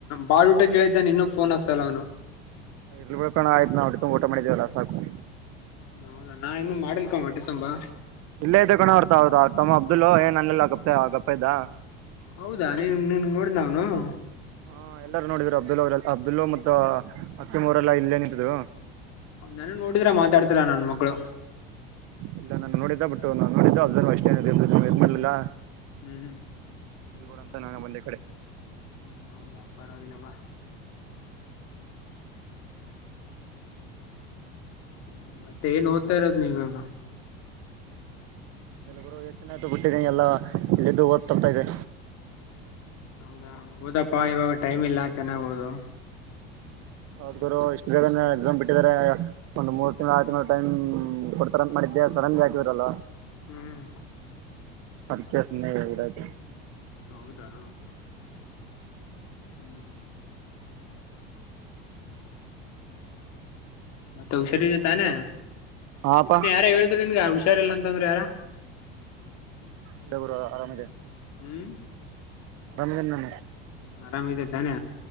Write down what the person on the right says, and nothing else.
ಇರ್ಲ್ ಬಿಳ್ಕಣ ಆಯ್ತ ನಾವುಇಬ್ರು ಊಟ ಮಾಡಿದೇವಲ್ಲ ಸಾಕು
ಇಲ್ಲೇ ಇ ಕಣೋ ಬರ್ತ ಅವ ತಮ್ಮ ಅಬ್ದುಲ್ ಏನ್ ಅನ್ನಿಲ್ಲ ಗಪ್ತ ಆ ಗಪ್ಪ ಇದ್ದ
ಹಾ ಎಲ್ಲಾರು ನೋಡಿದ್ರು ಅಬ್ದುಲ್ಲ ಅವರೆಲ್ಲ ಅಬ್ದುಲ್ಲ ಮತ್ತ ಅಕ್ಕಿಂ ಅವರೆಲ್ಲ ಇಲ್ಲೇ ನಿಂತಿದ್ರು
ಇಲ್ಲ ನಾನು ನೋಡಿದ್ದ ಬಿಟ್ಟು ನಾನ್ ನೋಡಿದ್ದ ಅಬ್ರ್ ಅಷ್ಟೇ ಇದ ಮಾಡ್ಲಿಲ್ಲ
ಅಲ್ಗೋಡ ಅಂತ ನಾನ ಬಂದೆ ಈ ಕಡೆ
ಗುರು ಎಷ್ಟನೆ ಆಯ್ತು ಬಿಟ್ಟಿದ್ದಿ ಎಲ್ಲಾ ಎದ್ದು ಓದ್ ತದೆ
ಹದರು ಇಷ್ಟ ಎಕ್ಸಾಮ್ ಬಿಟ್ಟಿದ್ದಾರೆ ಒಂದ್ ಮೂರ್ ತಿಂಗಳು ಆ ತಿಂಗಳು ಟೈಮ್ ಕೊಡ್ತಾರ ಮಾಡಿದ್ದೆ ಸಡನ್ಗೆ ಆಗಿದರಲ್ಲ
ಅದಕಸ ನಯ್ತು
ಹಾಪ
ಇಲ್ಲ ಬ್ರೋ ಆರಾಮದೆ
ರಮದ ನಮ